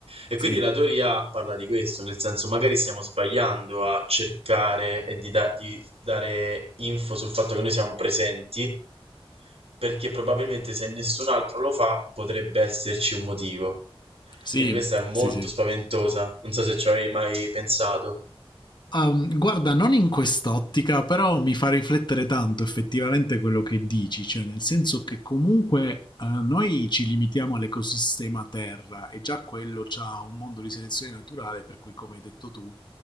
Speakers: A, on the right; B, on the left.
A: E quindi
B: sì,
A: la teoria parla di questo, nel senso magari stiamo sbagliando a cercare e di, da- di dare info sul fatto che noi siamo presenti, perché probabilmente se nessun altro lo fa potrebbe esserci un motivo.
B: sì,
A: Quindi questa è molto
B: sì, sì.
A: spaventosa, non so se ci avevi mai pensato.
B: Um, guarda, non in quest'ottica, però mi fa riflettere tanto effettivamente quello che dici, cioè nel senso che comunque eh, noi ci limitiamo all'ecosistema Terra e già quello ha un mondo di selezione naturale, per cui come hai detto tu,